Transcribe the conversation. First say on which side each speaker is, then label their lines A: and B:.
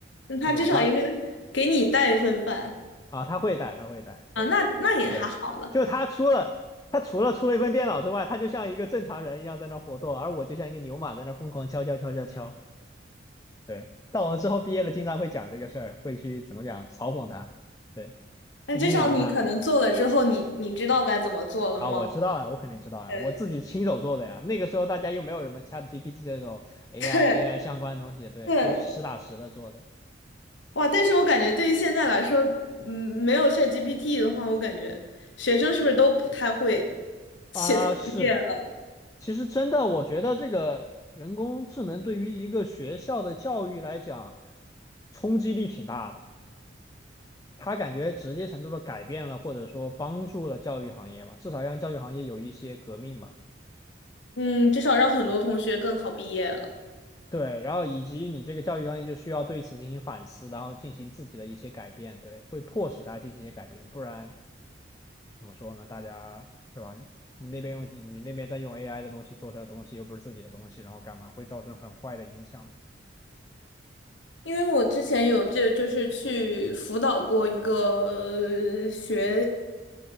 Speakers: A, on the left; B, on the left.
A: 那他至少应该
B: 就这种他
A: 给你带一份饭
B: 啊，他会带，他会带，
A: 啊，
B: 对
A: 那那也还好了。
B: 对，就他除了。他除了出了一份电脑之外，他就像一个正常人一样在那活动，而我就像一个牛马在那疯狂敲敲敲敲敲。对，到我们之后毕业了，经常会讲这个事儿，会去怎么讲嘲讽他，对，
A: 那至少你可能做了之后你，
B: 阴阳他
A: 你知道该怎么做了吗？
B: 啊，我知道呀，我肯定知道呀，
A: 对
B: 我自己亲手做的呀。那个时候大家又没有什么 ChatGPT 这种 AI
A: <laughs> 对
B: AI 相关的东西，对，
A: 对，
B: 都是实打实的做的。
A: 哇！但是我感觉对于现在来说，
B: 对
A: 嗯，没有 ChatGPT 的话，我感觉学生是不是都不太会写作业了？
B: 啊，是的，其实真的，我觉得这个人工智能对于一个学校的教育来讲，冲击力挺大的。它感觉直接程度的改变了，或者说帮助了教育行业吧，至少让教育行业有一些革命吧。
A: 嗯，至少让很多同学更好毕业了。
B: 对，然后以及你这个教育专业就需要对此进行反思，然后进行自己的一些改变，对，会迫使他进行一些改变，不然怎么说呢？大家对吧？你那边用你那边在用 AI 的东西做出来的东西，又不是自己的东西，然后干嘛会造成很坏的影响？
A: 因为我之前有这就是去辅导过一个呃学，